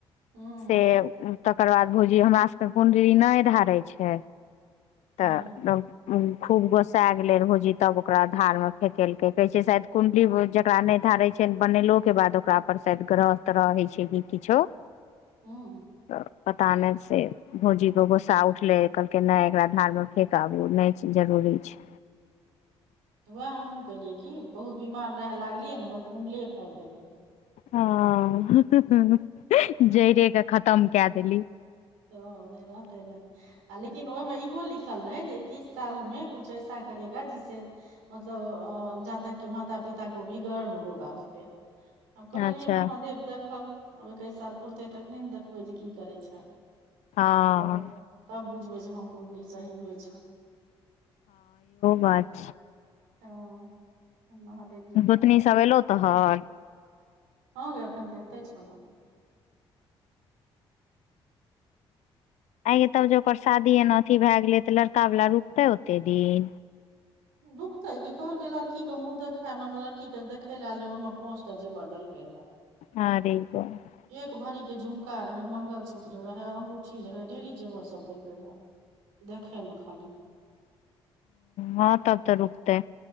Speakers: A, on the right; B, on the left.
A: हूँ
B: से तकर बाद भौजी हमरा सभके कुण्डली नहि धारै छै
A: हँ
B: तऽ खूब गोसा गेलै भौजी तब ओकरा धार मे फेेकेलकै कहै छै शायद कुण्डली जकरा नहि धारै छै बनेलोके बाद ओकरा पर शायद ग्रह तरह होइ‌छै किछो
A: हूँ
B: त पता नहि से भौजीके गुस्सा उठलै कहलकै नय एकरा धारमे फेक आबू नहि जरूरी छै
A: उएह हमहूँ केलियै कि बहुत बीमार रह लागलियै ने कुण्डलिनी फाइर देलियै
B: ह जइरे के खतम कए देल
A: हॅं नहि रहतै ने आ लेकिन ओहिमे इहो लिखल रहै जे इ किछ साल मे कुछ ऐसा करेगा जिसे मतलब अ जातक के माता पिता को भी गर्व होगा उसपे आब कहलियै
B: अच्छा
A: महादेव देखक आब एकैस साल पुरते तखने ने देखबै जे की करै छै
B: हँ
A: त तब बुझबै जे हँ कुण्डली सही होइ छै
B: बाज
A: ह ‌ हर महादेव जे करय
B: गोतनी सब एलो तोहर
A: हँ गै अखनत एतै‌छौ‌न
B: आई ये तब जे ओकर शादी एना अथी भए गेलै त लड़का वला रुकतै ओते दिन
A: दुःख ते क कहलकै लड़की के मुंह देखाय मतलब लड़की के देखे लए आल रहे ओहिं पोंच त जेवर देलकय‌‌ हन
B: <unintelligible>
A: एक भरी के झुमका रहे मंगलसूत्र रहे अंगूठी रहे डेरी जेवर सब देलकै रहे देखैमे खाली
B: हँ तब त रुकतेै